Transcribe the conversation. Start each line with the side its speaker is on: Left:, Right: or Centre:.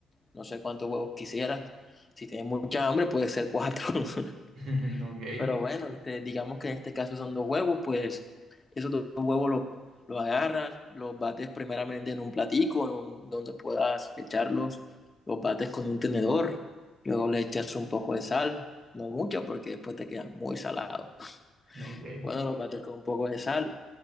Left: no sé cuántos huevos quisieras. Si tienes mucha hambre, puede ser cuatro. <laughs>
Right: <laughs> Ok,
Left: Pero bueno, este, digamos que en este caso son dos huevos, pues esos dos huevos los, los agarras, los bates primeramente en un platico en un, donde puedas echarlos, los bates con un tenedor, luego le echas un poco de sal, no mucho porque después te queda muy salado.
Right: ok.
Left: Bueno, los bates con un poco de sal,